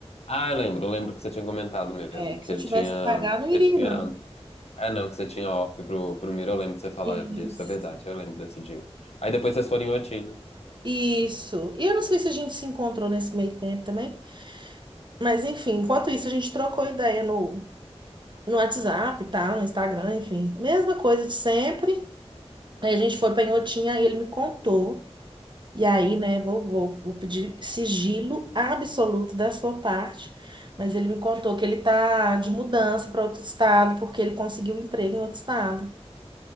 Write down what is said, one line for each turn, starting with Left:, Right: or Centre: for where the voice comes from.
Left: Ah, eu lembro, eu lembro que você tinha comentado mesmo,
Right: É,
Left: que
Right: se
Left: ele
Right: eu tivesse
Left: tinha.
Right: que pagar, não iria,
Left: Você tinha.
Right: não.
Left: Ah, não, que você tinha off pro, pro Miro, eu lembro de você falar
Right: Isso.
Left: disso, é verdade, eu lembro desse dia. Aí depois vocês foram em Otina.
Right: Isso. E eu não sei se a gente se encontrou nesse meio tempo também. Mas, enfim, enquanto isso, a gente trocou ideia no, no WhatsApp e tal, no Instagram, enfim. Mesma coisa de sempre. Aí a gente foi pra Inhotim, aí ele me contou. E aí, né, vou, vou, vou pedir sigilo absoluto da sua parte. Mas ele me contou que ele tá de mudança para outro estado, porque ele conseguiu um emprego em outro estado.